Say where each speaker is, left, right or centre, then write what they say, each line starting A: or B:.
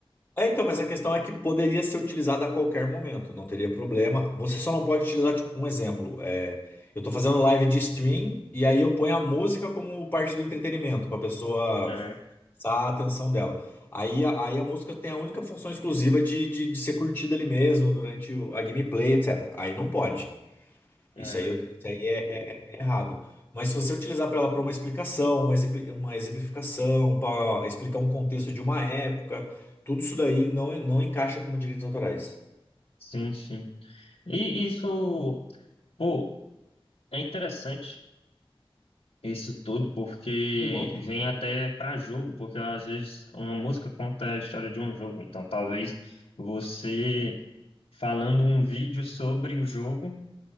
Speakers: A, on the left; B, on the left.
A: É, então, mas a questão é que poderia ser utilizada a qualquer momento, não teria problema. Você só não pode utilizar, tipo, um exemplo. é, eu tô fazendo live de stream e aí eu ponho a música como parte do entretenimento, pra pessoa
B: É,
A: fixar a atenção dela. Aí, a- aí a música tem a única função exclusiva de, de, de ser curtida ali mesmo, durante o- a gameplay, etc. Aí não pode.
B: é,
A: Isso aí, eu- isso aí é, é- é errado. Mas se você utilizar para ela para uma explicação, uma, exempli- uma exemplificação, para explicar um contexto de uma época, tudo isso daí não, não encaixa como direitos autorais.
B: sim, sim. E isso, pô, é interessante isso tudo, porque
A: Muito bom.
B: vem até para jogo, porque às vezes uma música conta a história de um jogo. Então, talvez você falando um vídeo sobre o jogo,